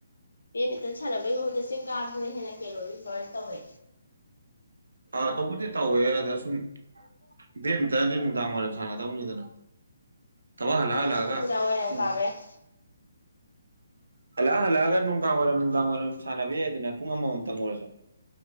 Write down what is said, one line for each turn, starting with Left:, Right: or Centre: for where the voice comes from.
Left: ꯕꯦꯗꯃꯤꯟꯇꯟ ꯁꯥꯟꯅꯕꯩ ꯃꯍꯨꯠꯇ ꯆꯤꯡ ꯀꯥꯕꯗꯨꯅ ꯍꯦꯟꯅ ꯀꯦꯂꯣꯔꯤ ꯚꯔꯟ ꯇꯧꯋꯦ
Right: ꯑꯥ ꯇꯧꯕꯨꯗꯤ ꯇꯧꯋꯦ ꯑꯗ ꯁꯨꯝ ꯕꯦꯗꯃꯤꯟꯇꯟ ꯗꯤ ꯅꯨꯡꯗꯥꯡ ꯋꯥꯏꯔꯝ ꯁꯅꯥꯗꯧ ꯅꯤꯗꯅ ꯊꯕꯛ ꯍꯜꯂ
Left: ꯆꯤꯡꯗꯨꯁꯨ
Right: ꯍꯜꯂꯛ ꯑꯒ
Left: ꯅꯨꯃꯤꯗꯥꯡ ꯋꯥꯏꯔꯝ
Right: ꯎꯝ
Left: ꯀꯥꯕ ꯌꯥꯏ
Right: ꯍꯜꯂ ꯍꯜꯂꯑꯒ ꯅꯨꯡꯗꯥꯡ ꯋꯥꯏꯔꯝ ꯅꯨꯡꯗꯥꯡ ꯋꯥꯏꯔꯝ ꯁꯥꯟꯅꯕ ꯌꯥꯏꯗꯅ ꯄꯨꯡ ꯑꯃꯃꯝꯇꯪ ꯑꯣꯏꯔꯁꯨ